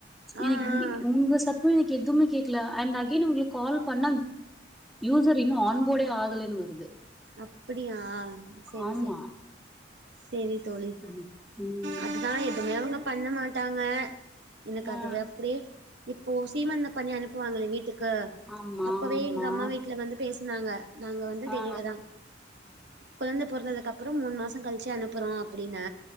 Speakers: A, on the right; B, in the centre.
A: ஆ
B: எ எ
A: ஆ
B: இந்த சத்தோ எனக்கு எதுமே கேக்கல அண்ட் அத் ஏ நா உங்குளுக் கால் பண்ணா யூசர் இன்னு ஆன்போர்டே ஆகலன்னு வருது
A: அப்பிடியா செரி
B: ஆமா
A: செரி செரி தோழி
B: ம் ம்.
A: அதுதா எதுமே அவுங்க பண்ண மாட்டாங்க எனக்கு
B: ஆ
A: அது வப்டே இப்போ சீமந்த பண்ணி அனுப்புவாங்களே வீட்டுக்கு
B: ஆமா
A: அப்பவே
B: ஆமா
A: எங்க அம்மா வீட்ல வந்து பேசுனாங்க நாங்க வந்து டெலிவர்
B: ஆ
A: அதா கொழந்த பொறந்ததுக்கு அப்புறோ மூணு மாசோ கழிச்சு அனுப்புறோ அப்டின்னு